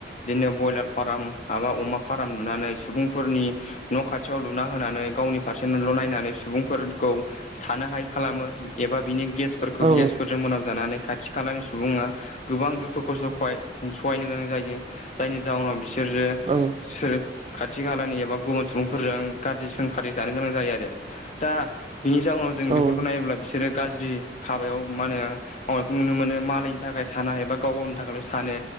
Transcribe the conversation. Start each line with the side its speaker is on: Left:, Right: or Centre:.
Left: बिदिनो बयलार फार्म माबा अमा फाराम लुनानै सुबुंफोरनि न' खाथियाव लुना होनानै गावनि फारसेल' नायनानै सुबुंफोरखौ थानो हायि खालामो एबा बिनि गेसफोरखौ
Right: औ
Left: बेयो सर मोनाम जानानै खाथि खालानि सुबुङा गोबां दुखु खस्थ' खहाय सहायनो गोनां जायो जायनि जाहोनाव बिसोरो
Right: औ
Left: सोर खाथि खालानि एबा गुबुन सुबुंफोरजों गाज्रि सोंखारि जानो गोनां जायो आरो। दा बिनि जाउनाव जों
Right: औ
Left: बेफोरखौ नायोब्ला बिसोरो गाज्रि हाबायाव मा होनो मावनायखौ नुनो मोनो मालायनि थाखाय साना एबा गाव गावनि थाखायल' सानो